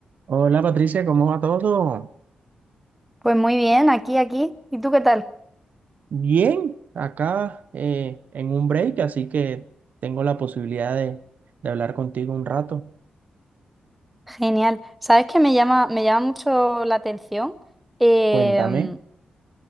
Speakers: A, on the right; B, in the centre.
A: Hola Patricia, ¿cómo va todo?
B: Pues muy bien, aquí, aquí. ¿Y tú qué tal?
A: Bien, acá eh, en un break, así que tengo la posibilidad de, de hablar contigo un rato.
B: Genial. ¿Sabes qué me llama, me llama mucho la atención? Em,
A: Cuéntame.